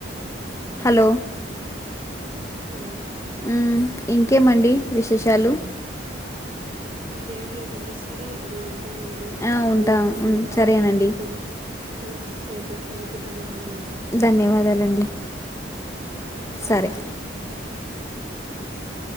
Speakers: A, on the left; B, on the right.
A: హలో
B: హలో
A: ఉమ్ ఇంకేమండి విశేషాలు
B: స ఇంకేం లేదండి సరే అండి ఉంటామండి
A: ఆ, ఉంటా
B: మీరు మీ
A: ఉం,
B: వ్యాలబుల్
A: సరేనండి
B: థింగ్స్ షేర్ చేసినందుకు ధన్యవాదాలు డి
A: ధన్యవాదాలండి
B: బాయ్
A: సరే
B: అండి ఉ